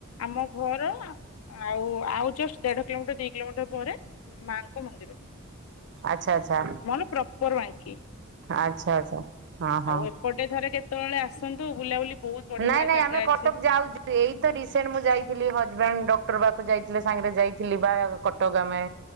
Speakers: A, on the left (about 70°); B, on the right (about 55°).
A: ଆମ ଘର ଆଉ ଆଉ ଜଷ୍ଟ ଦେଢ କିଲୋମିଟର ଦି କିଲୋମିଟର ପରେ ମାଙ୍କ ମନ୍ଦିର।
B: ଆଚ୍ଛା ଆଚ୍ଛା
A: ମୋର ପ୍ରପର ବାଙ୍କି।
B: ଆଚ୍ଛା ଆଚ୍ଛା ହଁ ହଁ
A: ଗୋଟେ ଥରେ କେତେବେଳେ ଆସନ୍ତୁ ବୁଲାବୁଲି ବହୁତ ବଢିଆ
B: ନାଇଁ
A: ବଢିଆ
B: ନାଇଁ
A: ଜାଗା
B: ଆମେ
A: ଅଛି।
B: କଟକ ଯାଉଛୁ। ଏଇ ତ ରିସେଣ୍ଟ ମୁଁ ଯାଇଥିଲି ହଜବେଣ୍ଡ ଡକ୍ଟର ପାଖକୁ ଯାଇଥିଲ ସାଙ୍ଗରେ ଯାଇଥିଲି ବା କଟକ ଆ